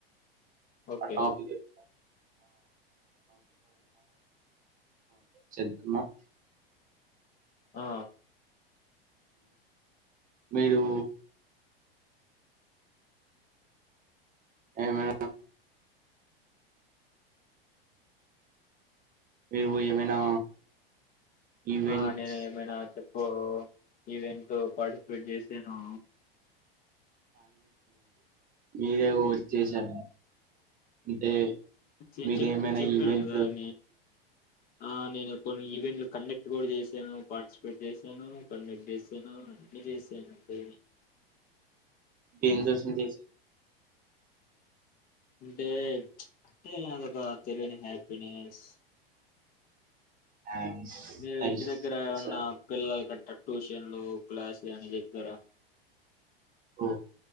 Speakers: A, on the left; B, on the right.
A: ఓకే
B: అకాపి ఏమి చేస్తున్నావు
A: ఆ
B: మీరు ఏమి మీరు ఏమైనా ఈవెంట్స్
A: ఆ నేను ఏమైనా చెప్పు ఈవెంట్ పార్టిసిపేట్ చేసాను
B: మీరేం వర్క్ చేసారు అంటే
A: చె
B: మీరేమైనా
A: చెప్ప చెప్పాను
B: ఈవెంట్
A: కదా నే ఆ నేను కొన్ని ఈవెంట్లు కండక్ట్ కూడా చేసాను పార్టిసిపేట్ చేశాను కండక్ట్ చేసాను అన్ని చేసానండి
B: డేంజర్స్ ను దీస్
A: అంటే అంటే అదొక తెలియని హ్యాపీనెస్
B: నైస్
A: మీరు
B: నైస్
A: ఇంటి దగ్గర ఏమన్న
B: సార్
A: పిల్లల గట్ట్రా ట్యూషన్లు క్లాసులు అని చెప్పారా
B: ఓ